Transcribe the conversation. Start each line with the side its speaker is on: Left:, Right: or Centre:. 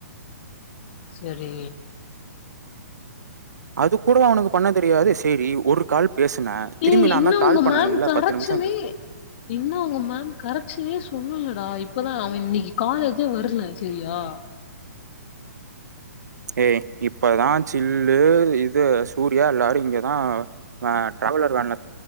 Left: செரி
Right: அது கூூட அவனுக்கு பண்ண தெரியாது சரி ஒரு கால் பேசுனேன்
Left: ஏ
Right: திரும்பி நான்
Left: இன்னும்
Right: தான்
Left: உங்க
Right: கால் பண்ணல
Left: மேம் கரைச்சனே
Right: பத்து நிமிஷம்
Left: இன்னும் உங்க மேம் கரைச்சனே சொல்லுலடா இப்தான் அவன் இன்னைக்கு காலேஜேவரல செரியா
Right: ஏய் இப்தான் சில்லு இது சூர்யா எல்லாரும் இங்கதான் டிராவலர் வேண்ல